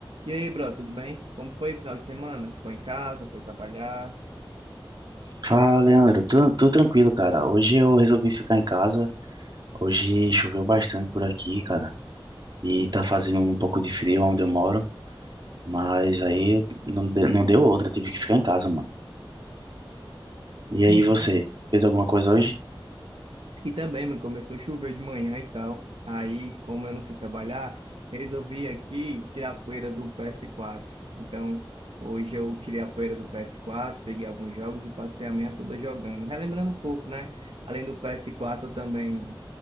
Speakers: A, on the right; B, on the right.
A: E aí, bro, tudo bem? Como foi o final de semana? Ficou em casa, foi trabalhar?
B: Fala, Leandro. Tudo, tudo tranquilo, cara. Hoje eu resolvi ficar em casa. Hoje choveu bastante por aqui, cara. E tá fazendo um pouco de frio onde eu moro. Mas aí eu- não, de- não deu outra. Tive que ficar em casa, mano. E aí,
A: Uhum.
B: você? Fez alguma coisa hoje?
A: Aqui também, mano, começou a chover de manhã e tal. Aí, como eu não fui trabalhar, resolvi aqui tirar a poeira do PS4. Então, hoje eu tirei a poeira do PS4, peguei alguns jogos e passei a manhã toda jogando. Relembrando um pouco, né? Além do PS4, eu também